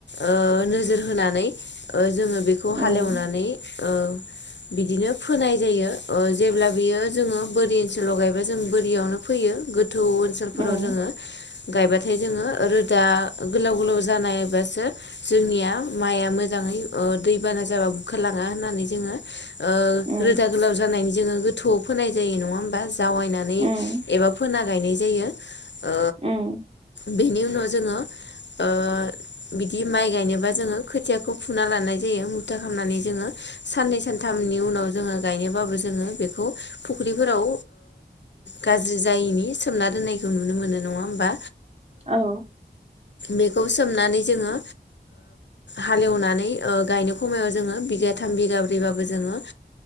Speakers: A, on the left (about 75°); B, on the right (about 35°).
A: ओ नोजोर होनानै ओ जोओ बेखौ
B: उम
A: हालेवनानै
B: <inaudible>
A: ओ बिदिनो फोनाय जायो ओ जेब्ला बियो जोङो बोरि ओनसोलाव गायब्ला जों बोरियावनो फैयो गोदा गोथौ ओनसोलफोराव
B: उम
A: जोङो गायबाथाय जोङो ओ रो दा गोलाव गोलाव जानायबासो जोंनिया माइया मोजाङै दैबाना जाब खलाङा होननानै जोङो
B: उम
A: रोदा गोलाव जानायनि जोङो गोथौआव फोनाय जायो नङा होमबा। जावायनानै
B: उम
A: एबा फोना गायनाय जायो ओ
B: उम
A: बेनि उनाव जोङो ओ बिदि माइ गायनोबा जोङो खोथियाखौ फुना लानाय जायो मुथा खालामनानै जोङो साननै सानथामनि उनाव जोङो गायनोबाबो ज जोङो बेखौ फुख्रिफोराव गाज्रि जायैनि सोमना दोननायखौ नुनो मोनो। नङा होमा
B: औ
A: बेखौ सोमनानै जोङो हालेवनानै गायनाय समायाव जोङो बिग थाम बिगाब्रैबाबो जोङो